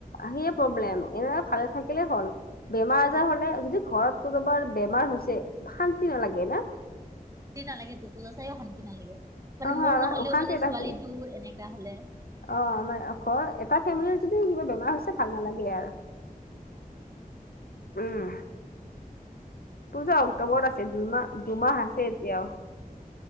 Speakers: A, on the left; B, on the right.
A: সিয়ে প্ৰব্লেম এ ভালে থাকিলে হ'ল বেমাৰ আজাৰ হ'লে যদি ঘৰত কোনোবাৰ বেমাৰ হৈছে শান্তি নালাগে না
B: শান্তি নালাগে তোৰ পূজা চাইও শান্তি নালাগে মানে
A: অহ
B: মোৰ নহ'লেও
A: অশান্তি
B: মানে
A: এটা
B: ছোৱালীটোৰ
A: হৈছে
B: এনেকা হ'লে
A: অ আমাৰ ধৰ এটা ফেমিলিৰ যদি কিবা বেমাৰ হৈছে ভাল নালাগে আৰু
B: উম ভাল নালাগে
A: উম। পূজা অক্টোবৰত আছে দুইমাহ দুমাহ আছে এতিয়াও